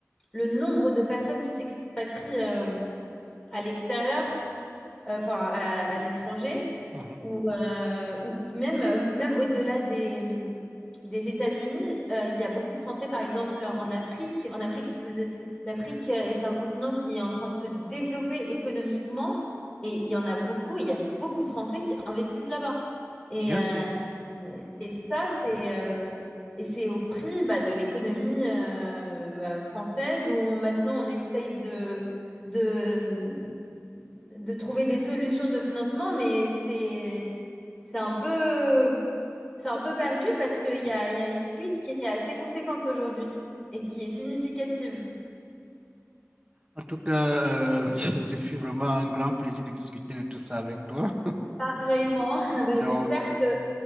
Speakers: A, on the left; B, on the right.
A: le nombre de personnes qui s'expatrient euh, à l'extérieur euh, enfin à, à l'étranger,
B: Mhm.
A: ou, euh, ou même, euh, même au-delà des, des États-Unis, euh, il y a beaucoup de Français, par exemple, en Afrique. En Afrique, qui se- l'Afrique est un continent qui est en train de se développer économiquement, et il y en a beaucoup, il y a beaucoup de Français qui investissent là-bas. Et,
B: Bien
A: euh,
B: sûr.
A: euh, et ça, c'est euh, et c'est au prix bah, de l'économie euh, bah, française où on- maintenant on essaye de, de, de trouver des solutions de financement, mais c'est c'est un peu c'est un peu perdu parce qu'il y a, il y a une fuite qui est assez conséquente aujourd'hui et qui est significative.
B: En tout cas, euh, <laughs> ce fut vraiment un grand plaisir de discuter de tout ça avec toi.
A: Pareillement, <laughs> ben,
B: Donc,
A: j'espère que